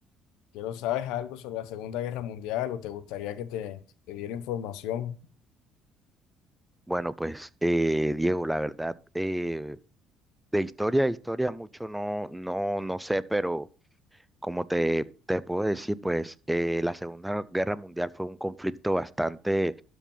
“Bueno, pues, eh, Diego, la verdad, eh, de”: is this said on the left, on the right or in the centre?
Centre